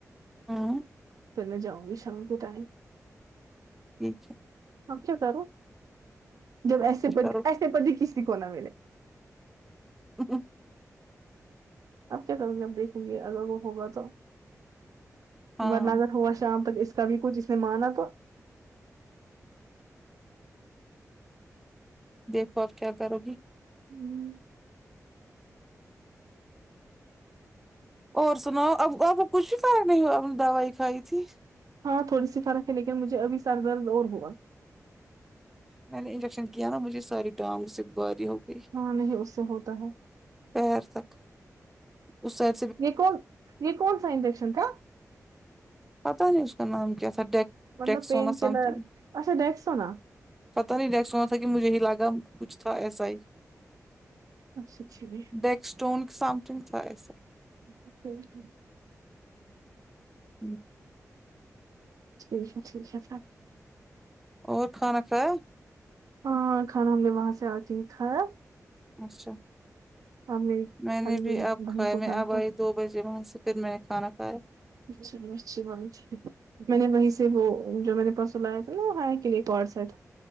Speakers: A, in the centre; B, on the right.
A: ہوں
B: پھر میں جاؤ گی شام کے ٹائم
A: ٹھیک ہے
B: اب کیا کرو جب
A: آپ
B: ایسے
A: کیا
B: پت
A: کرو
B: ایسے پتی کسی کو نہ ملے
A: <inaudible>
B: اب کیا کروں گی اب دیکھوں گی اگر وہ ہوگا تو
A: ہاں
B: ورنہ اگر ہوگا شام تک اس کبھی کچھ اس نے مانا تو
A: دیکھو آپ کیا کرو گی
B: ہوں
A: اور سناؤ اب آپ کو کچھ بھی فرق نہیں ہوا آپ نے دوائی کھائی تھی
B: ہاں تھوڑی سی فرق ہے لیکن مجھے ابھی سر درد اور ہوا
A: میں نے انجیکشن کیا نا مجھے ساری ٹانگ سے باری ہو گئی
B: ہاں نہیں اس سے ہوتا ہے
A: پیر تک اسے
B: یہ کون یہ کونسا انجکشن تھا
A: پتا نہیں اس کا نام کیا تھا ڈیک
B: مطلب
A: ڈیکسونا
B: پین کلر
A: سم تھنگ
B: اچھا ڈیکسونا
A: پتا نہیں ڈیکسونا تھا کہ مجھے ہی لگا کچھ تھا ایسا ہی
B: اچھا اچھا جی
A: ڈیک اسٹون سم تھنگ تھا ایسا
B: <unintelligible>
A: ہوں
B: ٹھیک ہے ٹھیک ہے سب
A: اور کھانا کھایا
B: ہاں کھانا ہم نے وہاں سے آتے ہی کھایا
A: اچھا
B: اب میری ساری
A: میں نے بھی
B: میری
A: اب
B: بہن
A: کھائے
B: کو
A: میں
B: کھانا
A: اب آئی دو بجے وہاں سے پھر میں نے کھانا کھایا
B: چلو اچھی بات ٹھیک میں نے وہیں سے وہ جو میرے پرسوں لایا تھا نا وہ حیا کے لیے کوٹ سیٹ